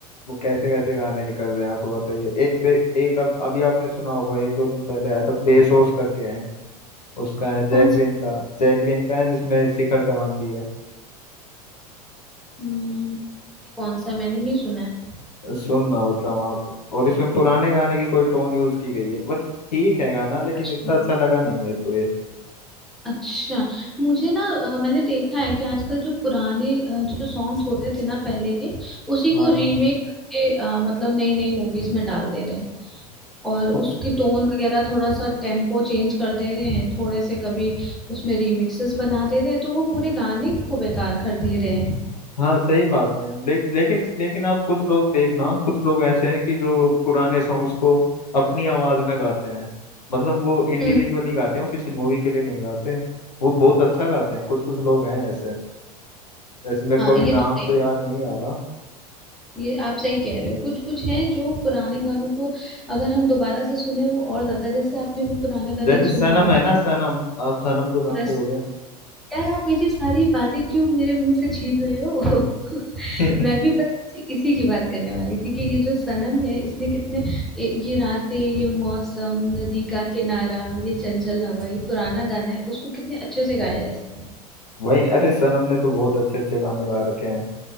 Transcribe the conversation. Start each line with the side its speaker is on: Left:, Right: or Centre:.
Left: वो कैसे कैसे गाने निकल रहे हैं आपको बताइए एक बे- एक अब अभी आपने सुना होगा एक दो दिन पहले आया था बेसोस करके है उसका है जैकलिन
Centre: कौन सा
Left: का जैकलिन का है जिसमें शिखर धवन भी है
Centre: हम्म, ये कौन सा मैंने नहीं सुना है
Left: सुनना मतलब आप और इसमें पुराने गाने की कोई टोन यूज की गई है बट ठीक है गाना लेकिन
Centre: अच्छा
Left: इतना अच्छा लगा नहीं मेरे को ये
Centre: अच्छा मुझे ना अ, मैंने देखा है कि आजकल जो पुराने अ, जो सॉन्ग्स होते थे ना पहले के उसी
Left: हाँ
Centre: को रीमेक के अ, मतलब नई नई मूवीज में डाल दे रहे हैं और
Left: पु-
Centre: उसकी टोन वगैरह थोड़ा सा टेम्पो चेंज कर दे रहे हैं थोड़े से कभी उसमें रीमिक्सेस बना दे रहे हैं तो वो पूरे गाने को बेकार कर दे रहे हैं
Left: हाँ सही बात है ले, लेकिन लेकिन आप कुछ लोग देखना कुछ लोग ऐसे हैं कि जो पुराने सॉन्ग्स को अपनी आवाज में गाते हैं मतलब वो इंडिविजुअली
Centre: हम्म
Left: गाते हैं वो किसी मूवी के लिए नहीं गाते वो बहुत अच्छा गाते हैं कुछ कुछ लोग हैं ऐसे जैसे मेरे
Centre: हाँ
Left: को अभी
Centre: ये
Left: नाम
Centre: तो
Left: तो
Centre: है
Left: याद नहीं आ रहा
Centre: ये आप सही कह रहे हो कुछ कुछ है जो पुराने गानों को अगर हम दोबारा से सुने वो और ज्यादा जैसे आपने वो पुराना गाना
Left: जैसे
Centre: एक
Left: सनम
Centre: सुना होगा
Left: है ना सनम आप सनम को जानते
Centre: बस
Left: होगे
Centre: यार आप मेरी सारी बातें क्यों मेरे मुंह से छीन रहे हो <laughs>
Left: <laughs>
Centre: मैं भी बस इसी इसी की बात करने वाली थी कि ये जो सनम है इसने कितने ए, ये रातें ये मौसम नदी का किनारा ये चंचल हवा ये पुराना गाना है उसको कितने अच्छे से गाया है इसने
Left: वही अरे सनम ने तो बहुत अच्छे अच्छे गाने गा रखे हैं